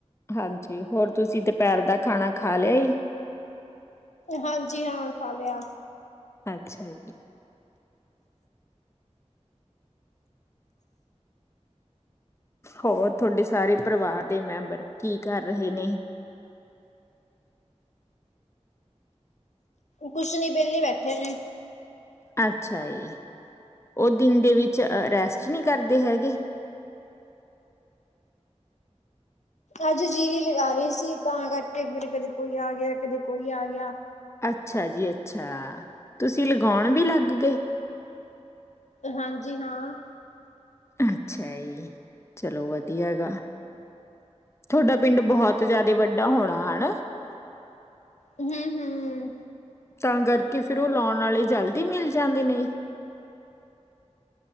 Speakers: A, on the left; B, on the left.
A: ਹਾਂਜੀ ਹੋਰ ਤੁਸੀਂ ਦੁਪਹਿਰ ਦਾ ਖਾਣਾ ਖਾ ਲਿਆ?
B: ਹਾਂਜੀ ਹਾਂ ਖਾ ਲਿਆ।
A: ਅੱਛਾ ਜੀ। ਹੋਰ ਤੁਹਾਡੇ ਸਾਰੇ ਪਰਿਵਾਰ ਦੇ ਮੈਂਬਰ ਕੀ ਕਰ ਰਹੇ ਨੇ?
B: ਕੁਛ ਨੀ ਵਿਹਲੀ ਬੈਠੇ ਨੇ।
A: ਅੱਛਾ ਜ ਉਹ ਦਿਨ ਦੇ ਵਿੱਚ ਰੈਸਟ ਨਹੀਂ ਕਰਦੇ ਹੈਗੇ?
B: ਅੱਜ ਜੀਰੀ ਲਗਾ ਰਹੀ ਸੀ ਤਾਂ ਕਰਕੇ ਫਿਰ ਕਦੇ ਕੋਈ ਆ ਗਿਆ ਕਦੇ ਕੋਈ ਆ ਗਿਆ।
A: ਅੱਛਾ ਜੀ ਅੱਛਾ। ਤੁਸੀਂ ਲਗਾਉਣ ਵੀ ਲੱਗ ਗਏ।
B: ਹਾਂਜੀ ਹਾਂ।
A: ਅੱਛਾ ਜੀ, ਚਲੋ ਵਧੀਆ ਗਾ ਤੁਹਾਡਾ ਪਿੰਡ ਬਹੁਤ ਜਿਆਦਾ ਵੱਡਾ ਹੋਣਾ ਹਨਾ।
B: ਹਮ-ਹਮ- ਹਮ।
A: ਤਾਂ ਕਰਕੇ ਫਿਰ ਉਹ ਲਾਉਣ ਵਾਲੇ ਜਲਦੀ ਮਿਲ ਜਾਂਦੇ ਨੇ।